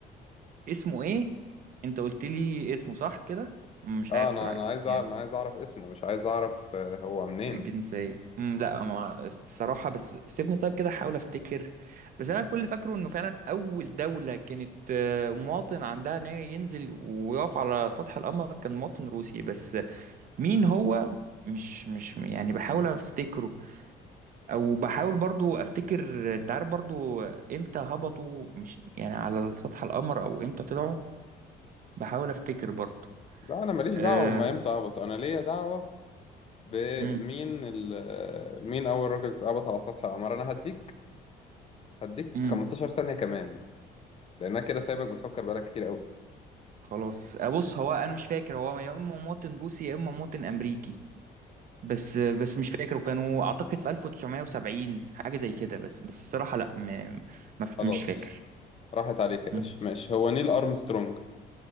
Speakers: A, on the right; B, on the left.
A: اسمه ايه انت قلت لي اسمه صح كده مش
B: اه
A: عارف
B: انا
A: صراحة
B: انا
A: اسمه
B: عايز اعرف
A: يعني
B: انا عايز اعرف اسمه مش عايز اعرف آه، هو منين
A: الجنسية امم لا ما الصراحة بس سيبني طيب كده احاول افتكر بس انا كل اللي فاكره انه فعلا اول دولة كانت آه، مواطن عندها ان هي ينزل ويقف على سطح القمر كان مواطن روسي بس مين هو مش مش يعني بحاول افتكره او بحاول برضو افتكر انت عارف برضو امتى هبطوا مش يعني على سطح القمر او امتى طلعوا بحاول افتكر برضو
B: لا انا ماليش
A: أه...
B: دعوه هم امتى هبطوا انا ليا دعوه بمين
A: مم.
B: ال مين أول راجل هبط على سطح القمر أنا هديك هديك
A: امم
B: 15 ثانية كمان لأنها كده سايبك بتفكر بقالك كتير أوي
A: خلاص آه، بص هو انا مش فاكر هو يا اما مواطن روسي يا اما مواطن امريكي بس بس مش فاكر وكانوا اعتقد في 1970 حاجه زي كده بس بس الصراحه لا م... ما ف-
B: خلاص
A: مش فاكر
B: راحت عليك
A: مم.
B: يا باشا ماشي هو نيل أرمسترونج